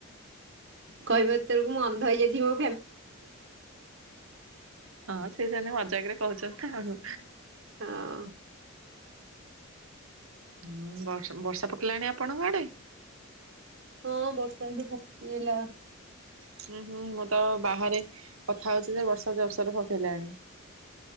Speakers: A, on the right; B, on the right.
A: କହିବ ଏତେଳକୁ ମୁଁ ଅନ୍ଧ ହେଇଯାଇଛିଓ।
B: ହଁ ସେ ସେମିତ ମଜାକ ରେ କହୁଛନ୍ତି ଆଉ।
A: ହଁ।
B: ହୁଁ ବ ବର୍ଷା ପକେଇଲାଣି ଆପଣଙ୍କ ଆଡେ?
A: ହଁ ବର୍ଷା ଏବେ ପକେଇଲା।
B: ହୁଁ ହୁଁ ମୁଁ ତ ବାହାରେ କଥା ହଉଚି ଯେ ବର୍ଷା ଜୋରସରେ ପକେଇଲାଣି।